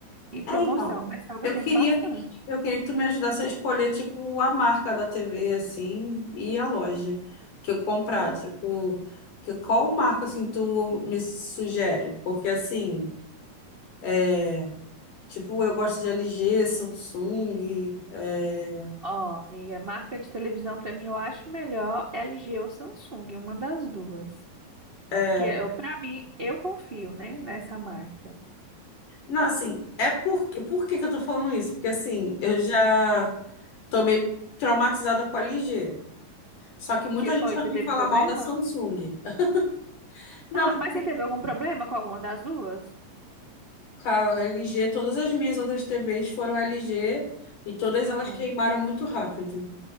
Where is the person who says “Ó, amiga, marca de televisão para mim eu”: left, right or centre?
Right